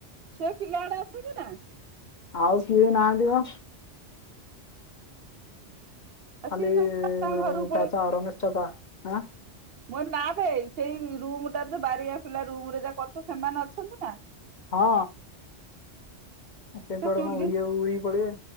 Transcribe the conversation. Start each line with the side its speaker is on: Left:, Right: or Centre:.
Right: ସେ ପିଲା ଗୁଡା ଅଛନ୍ତି ନା?
Left: ଆଉ କିଏ ନାହାନ୍ତିିବା। ଖାଲି
Right: ସିଏ ସବୁ ତାଙ୍କ ଘରକୁ
Left: ଚାଚା ଆର ମିଷ୍ଟତା ଆଁ
Right: ମୁଁ କହିଲି ନା ଭାଇ ସେଇ ରୁମ ଟା ଯୋଉ ବାରିଆ ପିଲା ରୁମ ରେ ଯା କରଛ ସେମାନେ ଅଛନ୍ତି ନା?
Left: ହଁ। ସେପଟେ
Right: ସେ ଚୁଲି
Left: କଣ ଉଡିଆକୁ ଉଡିକି ପଳେଇବେ